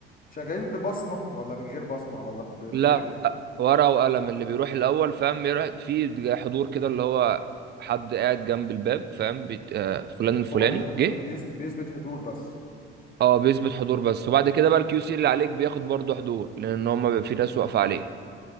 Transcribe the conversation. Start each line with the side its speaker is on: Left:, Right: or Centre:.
Left: شغالين ببصمة ولا من غير بصمة ولا ب... ب...
Right: لا
Left: إيه؟
Right: ورقة وقلم اللي بيروح الأول فاهم بيروح في حضور كده اللي هو حد قاعد جنب الباب فاهم بيت... آه، فلان الفلاني
Left: هو اللي
Right: جه
Left: آه، بيز... بيثبت حضور بس
Right: اه بيثبت حضور بس وبعد كده بقى الكيو سي اللي عليك بياخد برضه حضور لأن هما بيبقى في ناس واقفة عليك